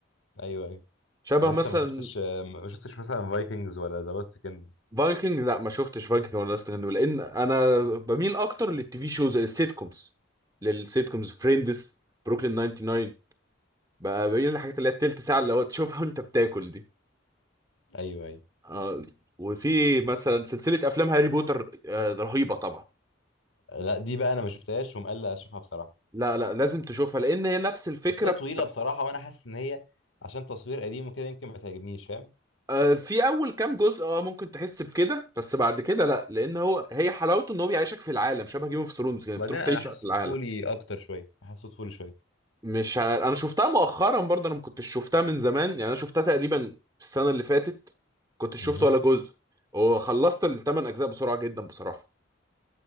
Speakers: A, on the left; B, on the right.
A: ايوه ايوه
B: شبه
A: يعني
B: مثلا
A: انت ما شفتش ما شفتش مثلا فايكنجز ولا ذا لاست كيندم
B: فايكنج لا ما شفتش فايكنج ولا لاست لان انا بميل اكتر للتي في شوز للسيت كومز للسيت كومز فريندز بروكلين 99 بقى بين الحاجات اللي هي التلت ساعة اللي هو تشوفها وانت بتاكل دي
A: ايوه ايوه
B: آه وفي مثلا سلسلة أفلام هاري بوتر آه رهيبة طبعا
A: لا دي بقى انا ما شفتهاش ومقلق اشوفها بصراحه
B: لا لا لازم تشوفها لأن هي نفس الفكرة
A: اصل هي طويله بصراحه وانا حاسس ان هي عشان تصوير قديم وكده يمكن ما تعجبنيش فاهم
B: آه في أول كام جزء اه ممكن تحس بكده بس بعد كده لا لأن هو هي حلاوته إن هو بيعيشك في العالم شبه جيم اوف ثرونز كده
A: وبعدين
B: بتروح
A: انا
B: تعيش
A: حاسه
B: في العالم
A: طفولي اكتر شويه حاسه طفولي شويه
B: مش ع- أنا شفتها مؤخرا برضه أنا ما كنتش شفتها من زمان يعني أنا شفتها تقريبا السنة اللي فاتت كنتش
A: امم
B: شفت ولا جزء وخلصت الثمان أجزاء بسرعة جدا بصراحة